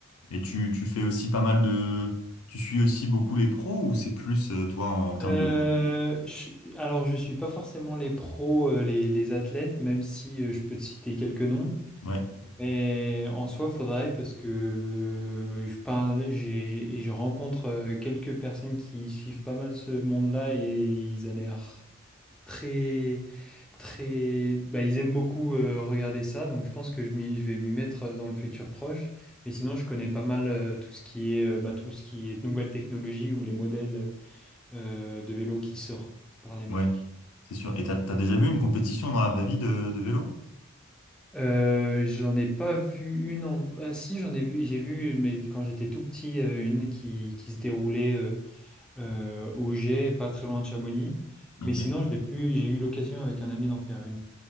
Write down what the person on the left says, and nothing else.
Et tu, tu fais aussi pas mal de... Tu suis aussi beaucoup les pros ou c'est plus, euh, toi, en termes
de...
Ouais,
ouais, c'est sûr. Et t'as, t'as déjà vu une compétition dans la vraie vie de, de vélo?
Ok,